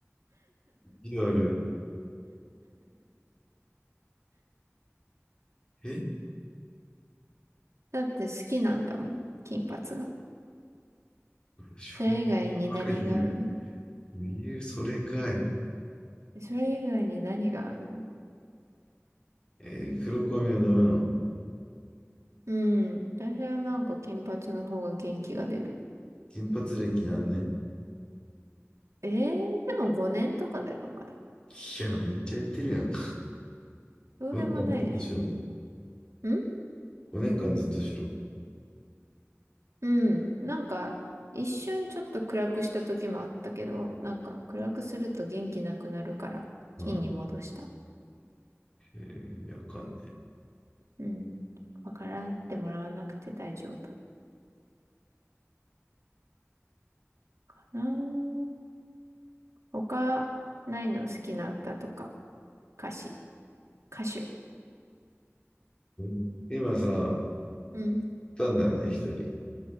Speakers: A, on the left; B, on the right.
A: 意地悪。え
B: だって好きなんだもん、金髪が。
A: しょうが
B: それ以外に何があるの
A: ない理由。理由、それかい。
B: それ以外に何があるの
A: えー黒髪はダメなの
B: うん。私はなんか金髪の方が元気が出る。
A: 金髪歴なんね。
B: えー、でも5年とかだよ、まだ。
A: いや、めっちゃやってるやん。
B: どうでもないでし
A: 5年間ずっと白。
B: ょ。ん
A: 5年間ずっと白。
B: うん。なんか、一瞬ちょっと暗くした時もあったけど、なんか暗くすると元気なくなるから、
A: はい。
B: 金に戻した。
A: えー意味わかんない。
B: うん。わからってもらわなくて大丈夫かな。他、ないの好きな歌とか、歌詞、歌手。
A: うん今さ、送っ
B: うん。
A: たんだよね、一人。